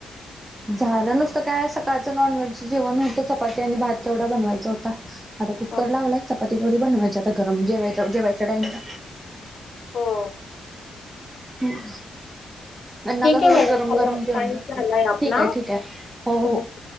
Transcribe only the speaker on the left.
हो
हो
ठीक
आहे मॅडम
झाला
टाईम
झालाय आपला
ओके.